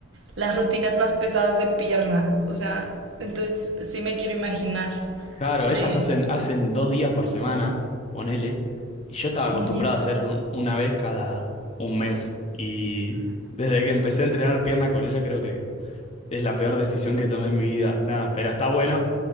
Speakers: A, on the right; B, on the left.
A: las rutinas más pesadas de pierna. O sea, entonces sí me quiero imaginar.
B: Claro,
A: De...
B: ellas hacen, hacen dos días por semana, ponele, y yo estaba acostumbrado
A: Ujú,
B: a hacer un- una vez cada un mes. Y desde que empecé a entrenar pierna con ella creo que es la peor decisión que tomé en mi vida. Nada, pero está bueno.